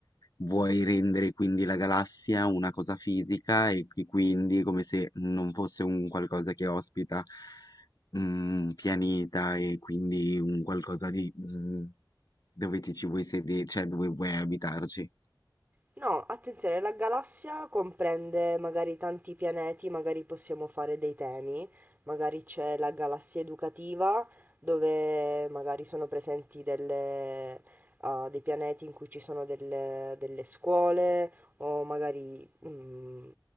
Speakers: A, on the left; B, on the right.
A: Vuoi rendere quindi la galassia una cosa fisica e qui- quindi come se non fosse un qualcosa che ospita mhmm, un pianeta e quindi un qualcosa di mh, dove ti ci vuoi sedere, cioè dove vuoi abitarci.
B: No, attenzione, la galassia comprende magari tanti pianeti, magari possiamo fare dei temi, magari c'è la galassia educativa, dove magari sono presenti delle, ah, dei pianeti in cui ci sono delle, delle scuole, o magari, mm,